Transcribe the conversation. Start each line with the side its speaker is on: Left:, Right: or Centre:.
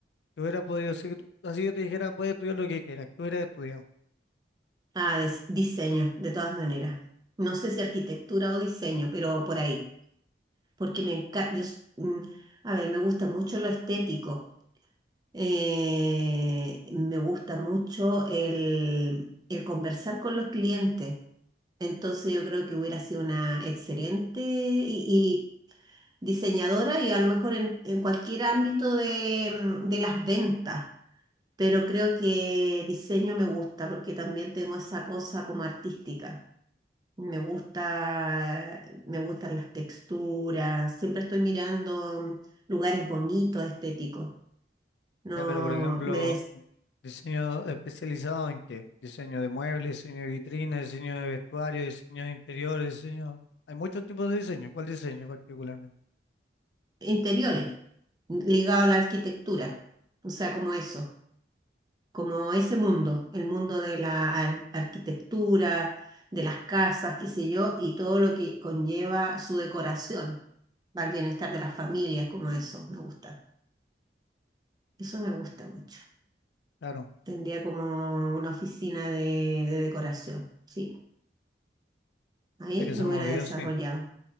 Left: que hubiera podido, si tú- así yo te dijera, puedes estudiar lo que quieras, que hubieras estudiado?
Right: Ah, des- diseño, de todas maneras. No sé si arquitectura o diseño, pero por ahí. Porque me encanta, a ver, me gusta mucho lo estético. Eh, me gusta mucho el, el conversar con los clientes. Entonces yo creo que hubiera sido una excelente y, y diseñadora y a lo mejor en, en cualquier ámbito de, mm, de las ventas. Pero creo que diseño me gusta porque también tengo esa cosa como artística. Me gusta, me gustan las texturas. Siempre estoy mirando lugares bonitos, estéticos. No,
Left: Ya, pero por ejemplo,
Right: me des-
Left: diseño especializado en qué? Diseño de muebles, diseño de vitrinas, diseño de vestuario, diseño de interiores, diseño... Hay muchos tipos de diseño. ¿Cuál diseño particularmente?
Right: interiores, ligado a la arquitectura, o sea, como eso, como ese mundo, el mundo de la ar- arquitectura, de las casas, qué sé yo, y todo lo que conlleva su decoración, para el bienestar de las familias, como eso, me gusta. Eso me gusta mucho.
Left: Claro,
Right: Tendría como una oficina de, de decoración, sí. Ahí
Left: hay que ser
Right: me
Left: movido,
Right: hubiera desarrollado.
Left: sí.